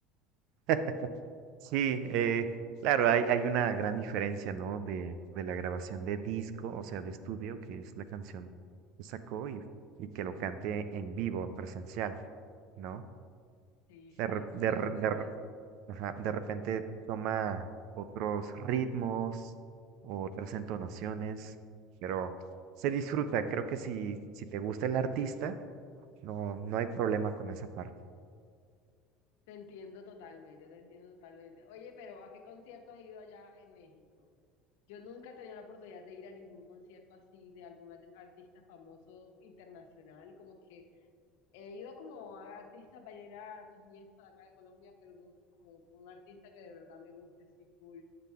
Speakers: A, on the right; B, on the left.
A: <laughs> sí, eh, claro, hay, hay una gran diferencia, ¿no? De, de la grabación de disco, o sea, de estudio, que es la canción que sacó y, y que lo cante en vivo, en presencial, ¿no?
B: Sí, sí,
A: De, re- de,
B: sí, la
A: re-
B: verdad
A: de
B: es que sí.
A: Ajá, de repente toma otros ritmos o otras entonaciones, pero se disfruta. Creo que si, si te gusta el artista, no, no hay problema con esa parte.
B: Te entiendo totalmente, te entiendo totalmente. Oye, pero ¿a qué concierto has ido allá en México? Yo nunca he tenido la oportunidad de ir a ningún concierto así de algún art- artista famoso internacional, como que he ido como a artistas vallenatos y esto de acá de Colombia, pero nunca como un artista que de verdad me guste así full.